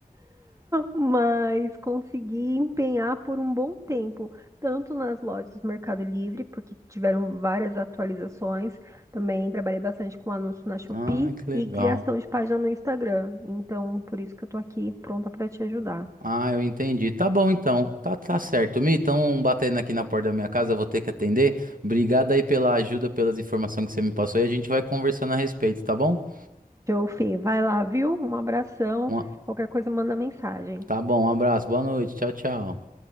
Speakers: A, on the right; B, on the right.
A: Mas consegui empenhar por um bom tempo, tanto nas lojas do Mercado Livre, porque tiveram várias atualizações. Também trabalhei bastante com anúncio na Shopee
B: Ah, que legal.
A: e criação de página no Instagram. Então, por isso que eu tô aqui pronta para te ajudar.
B: Ah, eu entendi. Tá bom então. Tá, tá certo. Mi, estão batendo aqui na porta da minha casa, eu vou ter que atender. Obrigado aí pela ajuda, pelas informações que você me passou e a gente vai conversando a respeito, tá bom?
A: Jofi, vai lá, viu? Um abração.
B: Um
A: Qualquer coisa, manda mensagem.
B: Tá bom, um abraço, boa noite, tchau, tchau.